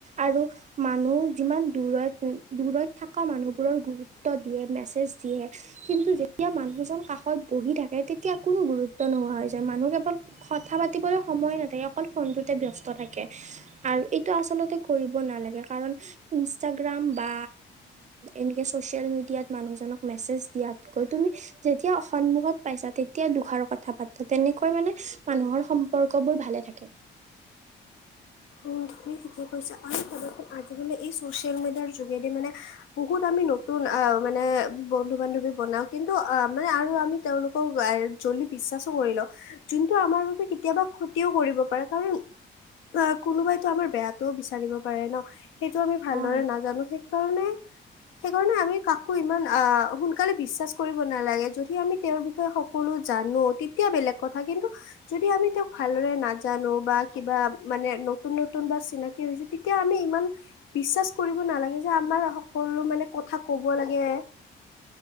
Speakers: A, on the right (about 35°); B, on the left (about 80°).
A: আৰু মানুহ যিমান দূৰত দূৰত থকা মানুহবোৰৰ গুৰুত্ব দিয়ে মেছেজ দিয়ে কিন্তু যে যেতিয়া মানুহজন কাষত বহি থাকে, তেতিয়া কোনো গুৰুত্ব নোহোৱা হৈ যায়। মানুহ কেৱল কথা পাতিবলৈ সময় নাথাকে, অকল ফোনটোতে ব্যস্ত থাকে আৰু এইটো আচলতে কৰিব নালাগে। কাৰণ ইনষ্টাগ্ৰাম বা এনেকৈ ছ'চিয়েল মিডিয়াত মানুহজনক মেছেজ দিয়াত গৈ তুমি যেতিয়া সন্মুখত পাইছা, তেতিয়া দুখাৰ কথা পাতোঁ তেনেকৈ মানে মানুহৰ সম সম্পৰ্কবোৰ ভালে থাকে।
B: উম, তুমি ঠিকে কৈছা আৰু আজিকালি এই চচিয়েল মিডিয়াৰ যোগেদি মানে বহুত আ আমি নতুন আহ মানে বন্ধু বান্ধৱী বনাও। কিন্তু আহ মানে আৰু আমি তেওঁলোকক বিশ্বাসো কৰি লওঁ। যোনটো আমাৰ বাবে কেতিয়াবা ক্ষতিও কৰিব পাৰে। কাৰণ
A: <inaudible>
B: অ' কোনোবাইতো আমাৰ বেয়াতটোও বিচাৰিব পাৰে ন, সেইটো আমি ভালদৰে
A: অ
B: নাজানোঁ। সেইকাৰণে
A: <inaudible>
B: সেইকাৰণে আমি কাকো ইমান আহ সোনকালে বিশ্বাস কৰিব নালাগে যদি আমি তেওঁৰ বিষয়ে সকলো জান। জানোঁ তেতিয়া বেলেগ কথা। কিন্তু যদি আমি তেওঁক ভালদৰে নাজানোঁ বা কিবা মানে নতুন নতুন বা চিনাকি হৈছোঁ। তেতিয়া আমি ইমান বিশ্বাস কৰিব নালাগে যে আমাৰ সকলো কলো মানে কথা ক'ব লাগে।